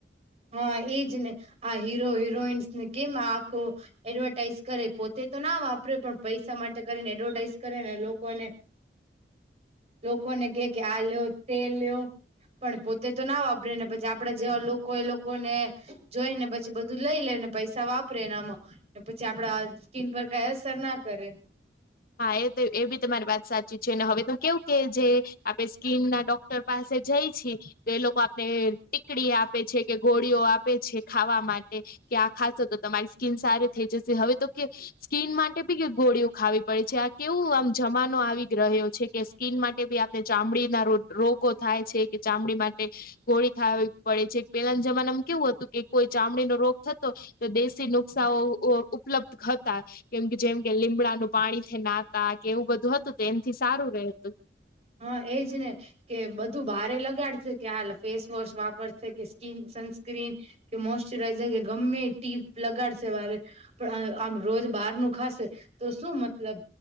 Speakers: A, on the right (about 40°); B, on the left (about 55°).
A: હા એજ ને આ હીરો હિરોઈન્સ ને કેમ આખો એડવર્ટાઇઝ કરે પોતે તો ના વાપરે પણ પૈસા માટે કરીને એડવર્ટાઈઝ કરે ને લોકોને.
B: <inaudible>
A: લોકોને કે કે આ લ્યો તે લ્યો. પણ પોતે તો ના વાપરે ને પછી આપડે જેવા લોક લો કોને જોઈને પછી બધું લઈ લેને પૈસા વાપરે ને આમાં ને પછી આપડા સ્કીન પર કાઈ અસર ના કરે.
B: હા એ તો એ બી તમારી વાત સાચી છે અને હવે તો કેવું કે જે આપણે સ્કીનના ડો ક્ટર પાસે જાઈ છી તો એ લોકો આપને ટીકડી આપે છે કે ગો ળીઓ આપે છે ખાવા માટે કે આ ખાશો તો તમારી સ્કીન સારી થઈ જશે હવે તો કે સ્કીન માટે બી કે ગોળીઓ ખાવી પડે છે આ કેવું આમ જમાનો આવી રહ્યો છે કે સ્કીન માટે બી આપણે ચામડીના રોગ. રોગો થાય છે કે ચામડી માટે. ગોળી ખાવી પડે છે કે પેલાના જમાનામાં કેવું હતું કે કોઈ ચામડીનો રોગ થતો તો દેશી નુકશાઓ ઉ-ઉપલબ્ધ હતા કેમ કે જેમ કે લીમડાનું પાણીથી નાતા કે એવું બધું હતું તો એનથી સારું રહેતું.
A: હા એજ ને. કે બધું બારે લગાડશે કે હાલ ફેસવોશ વાપરશે કે સ્કીન સનસ્ક્રીન. કે મોશચરાઈઝર કે ગમ્મે ટીપ લગાડશે બારે. પણ આમ રોજ બહારનું ખાશે તો શું મતલબ.